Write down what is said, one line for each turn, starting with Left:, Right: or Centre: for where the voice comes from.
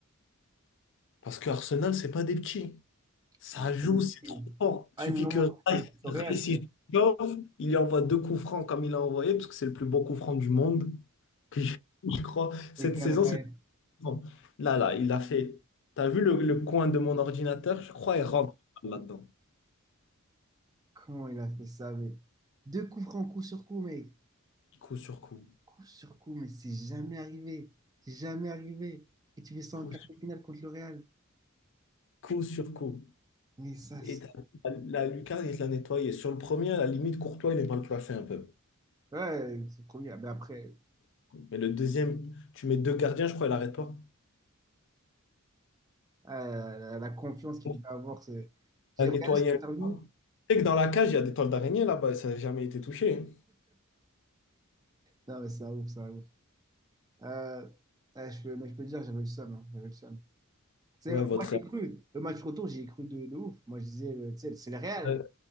Left: Parce que Arsenal, c'est pas des petits. Ça
Right: Productive. Ah
Left: joue,
Right: Productivo.
Left: c'est trop fort. Il
Right: Ay,
Left: suffit
Right: no
Left: que
Right: me acuerdo
Left: Rice,
Right: eso
Left: Rice,
Right: real, que
Left: il chauffe, il lui envoie deux coups francs comme il a envoyé, parce que c'est le plus bon coup franc du monde. que Je <laughs> je crois, cette
Right: caer.
Left: saison, c'est le plus grand. Là, là, il a fait. T'as vu le, le coin de mon ordinateur? Je crois il rentre là-dedans.
Right: comment il a fait ça, mais deux coups francs, coup sur coup, mais
Left: Coup sur coup.
Right: coup sur coup, mais c'est jamais arrivé. C'est jamais arrivé. Et tu fais ça
Left: Coup
Right: en quart
Left: sur
Right: de finale contre le Real.
Left: coup. sur coup.
Right: Mais ça,
Left: Et
Right: c'est-
Left: t'as vu, la, la lucarne, il l'a nettoyé. Sur le premier, à la limite, Courtois, il est mal placé un peu.
Right: ouais, son premier. Ah, ben après,
Left: Mais le deuxième, tu mets deux gardiens, je crois, il arrête pas.
Right: ah, la, confiance qu'il
Left: Il
Right: devait avoir. c'est- J'ai
Left: l'a nettoyé.
Right: regardé son interview.
Left: sais que dans la cage, il y a des toiles d'araignée là-bas et ça n'a jamais été touché. hein.
Right: Non, mais c'est un ouf, c'est un ouf. Euh, ah, je peux, mais je peux te dire, j'avais le seum. hein, j'avais le seum. Tu
Left: Ouais,
Right: sais,
Left: votre.
Right: moi, j'ai cru. Le match retour, j'ai cru de, de ouf. Moi, je disais, euh, tu sais, c'est le Real.
Left: Euh,